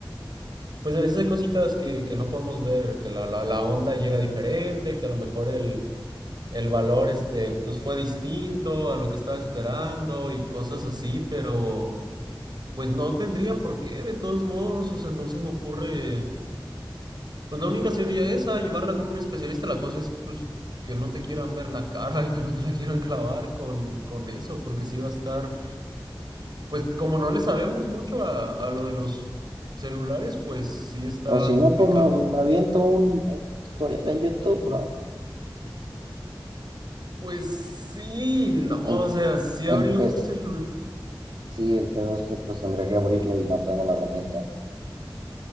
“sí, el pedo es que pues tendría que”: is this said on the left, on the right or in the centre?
Right